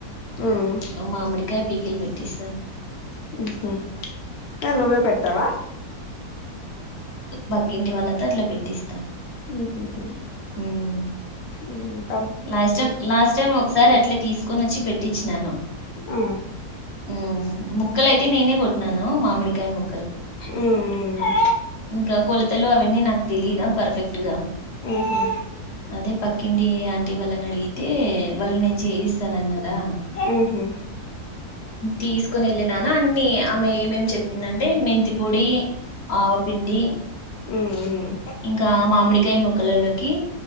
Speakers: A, on the left; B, on the left.
A: ఉమ్
B: ఆ మామిడికాయ పీకీలు పెట్టేస్త పచ్చ
A: హు హ్మ్ నువ్వే పెడత తవా
B: బక్కింటి వాళ్లతో అట్లా పెట్టిస్తా
A: హ్మ్ హ్మ్ హ్మ్
B: ఉమ్
A: ఉమ్
B: లాస్ట్ టైం లాస్ట్ టైమ్ ఒకసారి అట్లే తీసుకొని వచ్చి పెట్టించినను
A: ఆ
B: ఉమ్ ముక్కలుయితే నేనే కొట్టిన్నాను మామిడికాయ ము
A: ఉ ఉ
B: ఇంకా కొలతలు అవన్నీ నాకు తెలీదా పర్ఫెక్ట్గా
A: ఉహు
B: అదే పక్కిడి వాళ్ళని అడిగితే వాళ్ళ నేను చేస్తానున్నదా
A: ఉహు
B: తీసుకుని వె నా అన్ని ఆమ్మె ఏమేం చెప్పిందంటే మెంతి పొడి ఆవపిండి
A: ఉమ్ ఉమ్
B: ఇంకా మామిడికాయ మొక్కలలోకి